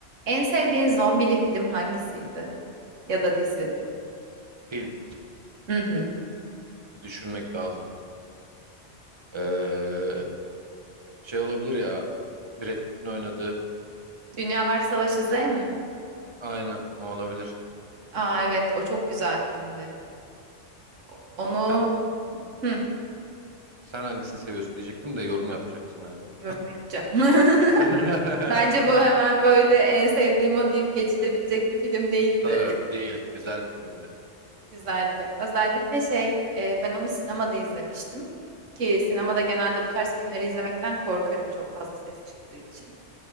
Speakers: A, on the right; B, on the right.
A: En sevdiğin zombili film hangisiydi? Ya da dizi?
B: Film.
A: Hı hı.
B: Bir düşünmek lazım. Ee, şey olabilir ya. Brad Pitt'in oynadığı.
A: Dünyalar Savaşı Z mi?
B: Aynen o olabilir.
A: Aa evet o çok güzel filmdi. O- Onu
B: Sen,
A: hı,
B: sen hangisini seviyorsun diyecektim de yorum yapacaksın galiba.
A: yorum yapacağım. <laughs>
B: <laughs>
A: Bence bu hemen böyle en sevdiğim o deyip geçilebilecek bir film değildi.
B: Tabii
A: <laughs>
B: değil. Güzel bir filmdi.
A: Güzeldi. Özellikle şey e, ben onu sinemada izlemiştim. Ki sinemada genelde bu tarz filmleri izlemekten korkarım çok fazla ses çıktığı için.